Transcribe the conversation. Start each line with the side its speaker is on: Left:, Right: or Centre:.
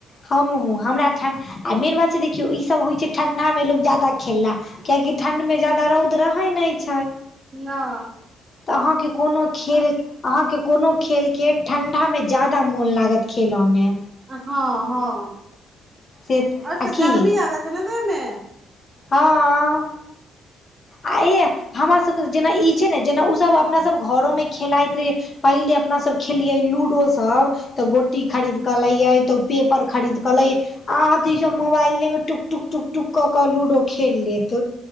Left: हमहूँ हमरा ठण आ <unintelligible> मेन बात छै जे कियो इसभ होइ छै ठण्ढा मे लोक ज्यादा खेला। कियकि ठण्डमे ज्यादा रौद रहै नहि छै।
Right: न।
Left: तऽ अहाँके कोनो। खेल अहाँके कोनो खेलके ठण्डामे ज्यादा मोन लागत खेलमे।
Right: हँ-हँ आओर
Left: से
Right: सब
Left: आ की
Right: गर्मी आबत न न ने।
Left: हँ। आये हमरा सबके जेना ई छै ने जेना ऊ सब अपना सब घरो मे खेलाइत रही। पहिले अपनासभ खेलियै लूडोसब। तऽ गोटी खरीद कऽ लयई तऽ पेपर खरीद कऽ लयई। आब तऽ <unintelligible> ई सब मोबाइले मे टुक-टुक-टुक-टुक कऽ कऽ लू। <unintelligible> डो <unintelligible> खेल लेत